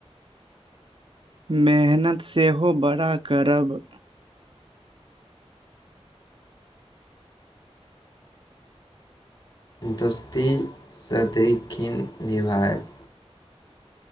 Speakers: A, on the right (about 55°); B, on the left (about 40°).
A: मेहनत सेहो बड़ा करब।
B: दोस्ती सदैख निभायब।